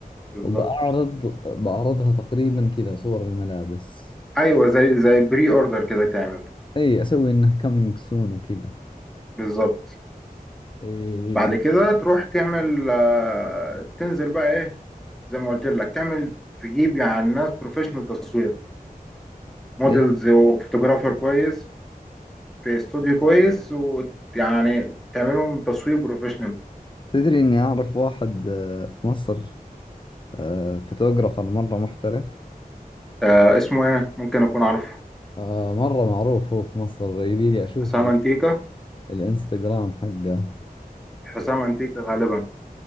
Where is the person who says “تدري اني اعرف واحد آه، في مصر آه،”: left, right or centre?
Left